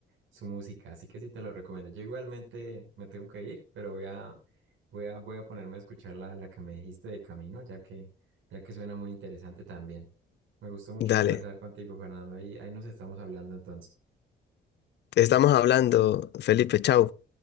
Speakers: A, on the right (about 75°); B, on the left (about 60°).
A: su música. Así que sí te lo recomiendo. Yo igualmente me tengo que ir, pero voy a, voy a, voy a ponerme a escuchar la, la que me dijiste de camino, ya que, ya que suena muy interesante también. Me gustó mucho
B: Dale.
A: conversar contigo, Fernando. Ahí, ahí nos estamos hablando entonces.
B: Estamos hablando, Felipe, chao.